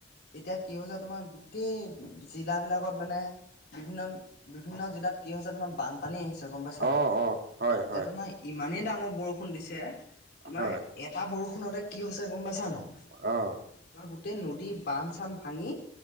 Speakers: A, on the left; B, on the right.
A: এতিয়া কি হৈছে তোমাৰ গোটেই জিলা বিলাকত মানে- বিভিন্ন বিভিন্ন জিলাত কি হৈছে তোমাৰ বানপানী আহিছে। গম পাই-
B: অ',
A: ছা নাই?
B: অ', হয়,
A: এতিয়া
B: হয়,
A: তোমাৰ ইমানেই ডাঙৰ বৰষুণ দিছে তোমাৰ-
B: হয়,
A: এটা বৰষুণতে কি হৈছে গম পাইছা নাই?
B: অ
A: বা গোটেই নদী বান্ধ চান্ধ ভাঙি